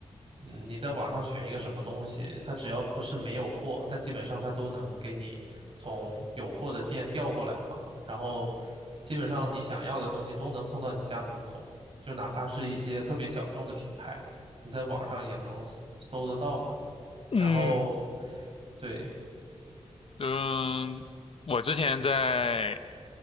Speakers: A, on the right (about 55°); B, on the left (about 60°).
A: 嗯，你在网上选一个什么东西，它只要不是没有货，它基本上它都能给你从有货的店调过来嘛。然后基本上你想要的东西都能送到你家门口，就哪怕是一些特别小众的品牌，你在网上也能搜搜得到嘛。
B: 嗯，
A: 然后，对，
B: 嗯，我之前在